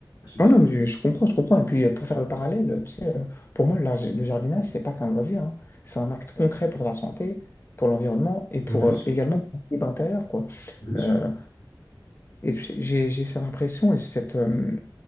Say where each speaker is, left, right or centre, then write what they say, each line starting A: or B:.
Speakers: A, on the left; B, on the left.
A: je te dis.
B: Ah non, mais je, je comprends, je comprends. Et puis, euh, pour faire le parallèle, euh, tu sais, euh, pour moi, le, lar- le jardinage, c'est pas qu'un loisir, hein. C'est un acte concret pour la santé, pour l'environnement et pour
A: Bah, bien
B: euh,
A: sûr,
B: également pour l'équilibre intérieur, quoi.
A: bien sûr.
B: Euh, Et tu sais, j'ai j'ai cette impression et cette, euh,